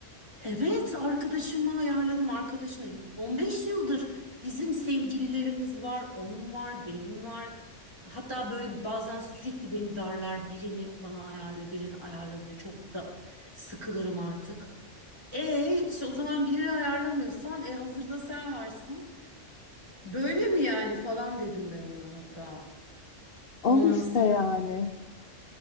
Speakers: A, on the right; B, on the left.
A: Evet, arkadaşımı ayarladım arkadaşına. 15 yıldır bizim sevgililerimiz var, onun var, benim var. Hatta böyle bazen sürekli beni darlar, birini bana ayarla, birini ayarla diye çok da sıkılırım artık. E işte o zaman birini ayarlamıyorsan e hazırda sen varsın. Böyle mi yani falan dedim ben ona hatta.
B: Al
A: Ondan
B: işte
A: sonra
B: yani.